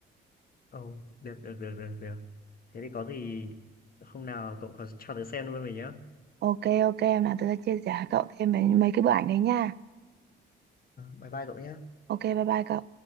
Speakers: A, on the left; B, on the right.
A: Ồ, được, được, được, được, được. Thế thì có gì hôm nào cậu có cho tớ xem luôn mình nhé.
B: Ok ok, em nào tớ sẽ chia sẻ với cậu thêm về mấy cái bức ảnh đấy nha.
A: Bye bye cậu nhé.
B: Ok bye bye cậu.